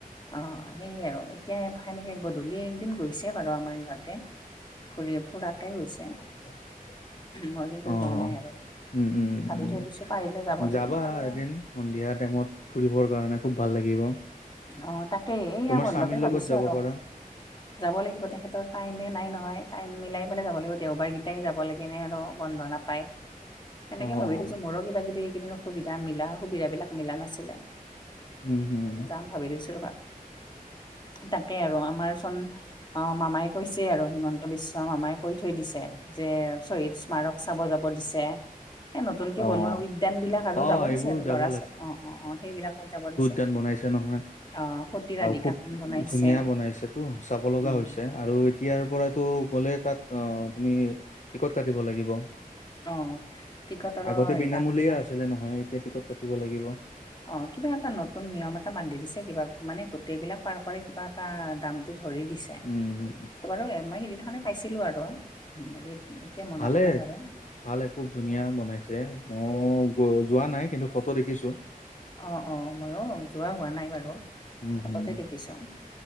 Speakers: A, on the left; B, on the left.
A: অ' সেইয়ে আৰু এতিয়া সেনেকে গধূলি এদিন গৈছে বাৰু আমাৰ ইহঁতে। ফুৰিয়ে ফুৰাকে গৈছে।
B: উ <unintelligible>
A: মই কিন্তু
B: অ
A: যোৱা নাই আৰু।
B: উম উম
A: ভাবি
B: উম
A: থৈ দিছো পাৰিলে যাব লাগিব
B: যাবা
A: আৰু
B: এদিন সন্ধিয়া টাইমত ফুৰিবৰ কাৰণে খুব ভাল লাগিব।
A: অ তাকেই এইয়া
B: তোমাৰ
A: বন্ধতে
B: স্বামীৰ
A: ভাবিছো
B: লগত যাব
A: আৰু
B: পাৰা
A: যাব লাগিব তেখেতৰ টাইমে নাই নহয় টাইম মিলাই পেলাই যাব লাগিব দেওবাৰকেইটাই যাব লাগেনে আৰু বন্ধ নাপায় সেনেকে
B: অ',
A: ভাবি থৈছো। মোৰো কিবা কিবি এইিন অসুবিধা মিলা সুবিধাাবিলাক মিলা নাছিলে।
B: উম হুম।
A: যাম ভাবি লৈছিলো ৰ বা তাকে আৰু আমাৰ চোন অ, মামাই কৈছে আৰু হিমন্ত বিশ্ব মামাই কৈ থৈ দিছে যে শহদ স্মাৰক চাব যাব দিছে। এ নতুন কেে
B: অ'।
A: বনোৱা উদ্যান বিলাক আৰু
B: অ
A: যাব
B: এইবোৰ
A: দিছে আৰু
B: যাব
A: ল'ৰা ছোৱালী অ, অ, অ, সেইবিলাকত যাব দিছে।
B: দান বনাইছে নহয়
A: অ সতী ৰাধিকাখন
B: আৰু খুব
A: বনাইছে
B: ধুনীয়া বনাইছেটো চাব লগা
A: উম
B: হৈছে। আৰু এতিয়াৰ পৰাতটো গ'লে তাত অ তুমি টিকট কাটিব লাগিব।
A: অ। টিকটৰো
B: আগতে
A: হেৰি
B: বিনামূলীয়া
A: দাম বিলাক
B: আছিলে নহয় এতিয়া টিকট কাটিব লাগিব।
A: অ, কিবা এটা নতুন নিয়ম এটা বান্ধি দিছে কিবা মানে গোটেইবিলাক পাৰ কৰে কিবা এটা দামতটো ধৰি দিছে।
B: উম
A: ত বাৰু মই হৰিত এখনে পাইছিলো আৰু হেৰিত এতিয়া মনত
B: ভালে
A: নাই বাৰু।
B: ভালে খুব ধুনীয়া বনাইছে মই যোৱা নাই কিন্তু ফটো দেখিছো।
A: অ, অ', মইো যোৱা হোৱা নাই বাৰু
B: উম
A: ফটোতে
B: হম
A: দেখিছোঁ।